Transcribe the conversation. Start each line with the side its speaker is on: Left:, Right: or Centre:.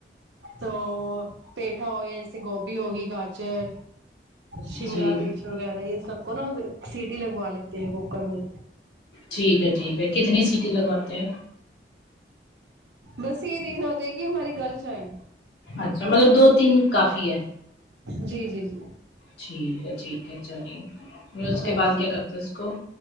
Right: تو پیٹھا ہو گیا جیسے گوبھی ہوگی گاجر شملا
Left: جی
Right: مرچ وغیرہ یہ سب کو نا ہم سیٹی لگوا لیتے ہیں کوکر میں
Left: ٹھیک ہے ٹھیک ہے کتنی سیٹیں لگواتے ہیں
Right: بس یہ دیکھنا ہوتا ہے کہ ہماری گل جائے
Left: اچھا مطلب دو تین کافی ہے
Right: جی جی جی
Left: ٹھیک ہے ٹھیک ہے چلیے میں اس
Right: ہاں
Left: کے بعد
Right: جی
Left: کیا کرتا ہہ اس کو